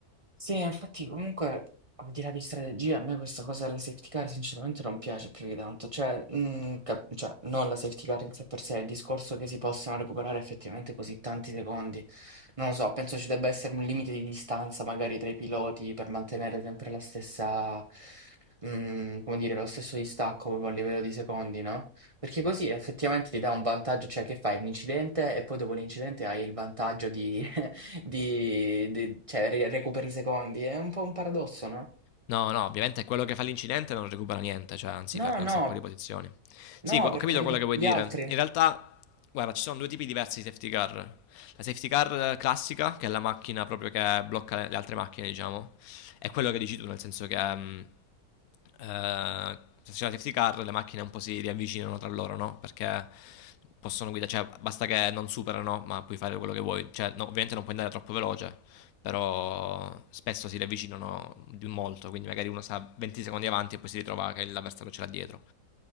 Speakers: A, on the right; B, on the left.
A: Sì, infatti comunque al di là di strategia, a me questa cosa delle safety car sinceramente non piace più di tanto, cioè, mm, cap- cioè, non la safety car in sé per sé, il discorso che si possano recuperare effettivamente così tanti secondi, non lo so, penso ci debba essere un limite di distanza magari tra i piloti per mantenere sempre la stessa, mm, come dire, lo stesso distacco proprio a livello di secondi, no? Perché così effettivamente ti dà un vantaggio, cioè che fai l'incidente e poi dopo l'incidente hai il vantaggio di di, di- cioè, ri- recuperi i secondi. È un po' un paradosso, no?
B: No, no, ovviamente quello che fa l'incidente non recupera niente, cioè anzi
A: No,
B: perde
A: no,
B: un sacco di posizioni.
A: no,
B: Sì, gu-
A: per
B: ho capito
A: carità,
B: quello che vuoi
A: gli
B: dire.
A: altri.
B: In realtà, guarda, ci sono due tipi diversi di safety car. La safety car classica, che è la macchina proprio che blocca le, le altre macchine, diciamo, è quello che dici tu, nel senso che mh, eh, se c'è la safety car le macchine un po' si riavvicinano tra loro, no? Perché possono guidare, cioè basta che non superano, ma puoi fare quello che vuoi. Cioè, no, ovviamente non puoi andare troppo veloce, però spesso si riavvicinano di molto, quindi magari uno sta 20 secondi avanti e poi si ritrova che l'avversario ce l'ha dietro.